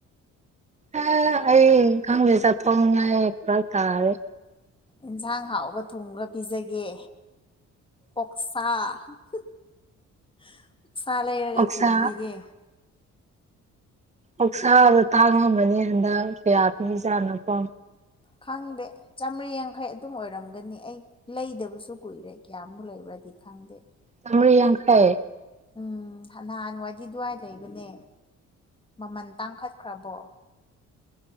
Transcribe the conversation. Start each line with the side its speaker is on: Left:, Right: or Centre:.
Right: ꯑꯥ ꯑꯩ ꯈꯪꯗꯦ ꯆꯠꯊꯣꯛꯅꯤꯉꯥꯏ ꯐꯔꯛ ꯇꯥꯔꯦ
Left: ꯏꯟꯁꯥꯡ ꯍꯥꯎꯕ ꯊꯨꯡꯔꯒ ꯄꯤꯖꯒꯦ ꯑꯣꯛꯁꯥ ꯑꯣꯛꯁꯥ ꯂꯩꯔꯒ
Right: ꯑꯣꯛꯁꯥ
Left: ꯊꯣꯡꯕꯤꯒꯦ
Right: ꯑꯣꯛꯁꯥꯗꯣ ꯇꯥꯡꯉꯝꯒꯅꯤ ꯍꯟꯗꯛ ꯀꯌꯥ ꯄꯤꯔꯤꯖꯥꯠꯅꯣꯀꯣ
Left: ꯈꯪꯗꯦ ꯆꯥꯃꯔꯤ ꯌꯥꯡꯈꯩ ꯑꯗꯨꯝ ꯑꯣꯏꯔꯝꯒꯅꯤ ꯑꯩ ꯂꯩꯗꯕꯁꯨ ꯀꯨꯏꯔꯦ ꯀꯌꯥꯃꯨꯛ ꯂꯩꯕ꯭ꯔꯗꯤ ꯈꯪꯗꯦ
Right: ꯆꯥꯝꯃꯔꯤ ꯌꯥꯡꯈꯩ
Left: ꯎꯝ ꯍꯅꯍꯥꯟꯋꯥꯏꯗꯤ ꯗꯨꯋꯥꯏ ꯂꯩꯕꯅꯦ ꯃꯃꯟ ꯇꯥꯡꯈꯠꯈ꯭ꯔꯕꯣ